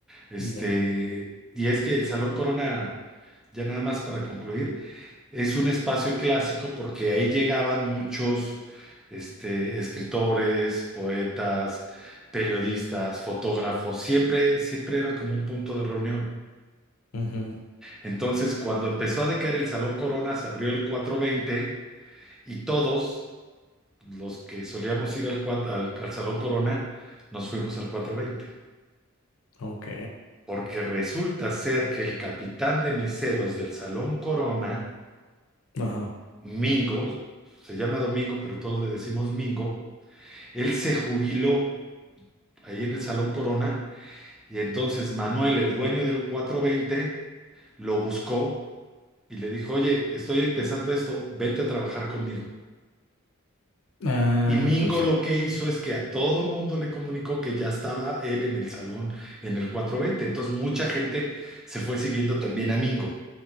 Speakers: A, in the centre; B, on the left.
A: Este,
B: Ya.
A: y es que el Salón Corona, ya nada más para concluir, es un espacio clásico porque ahí llegaban muchos, este, escritores, poetas, periodistas, fotógrafos, siempre, siempre era como un punto de reunión.
B: ujú,
A: Entonces, cuando empezó a decaer el Salón Corona, se abrió el 420 y todos los que solíamos ir al, cuat- al, al Salón Corona, nos fuimos al 420,
B: Ok.
A: porque resulta ser que el capitán de meseros del Salón Corona,
B: Ajá.
A: Mingo, se llama Domingo, pero todos le decimos Mingo, él se jubiló ahí en el Salón Corona y entonces Manuel, el dueño del 420, lo buscó y le dijo, oye, estoy empezando esto, vente a trabajar conmigo.
B: Ah,
A: Y Mingo
B: pues sí.
A: lo que hizo es que a todo mundo le comunicó que ya estaba él en el salón en el 420. Entonces mucha gente se fue siguiendo también a Mingo.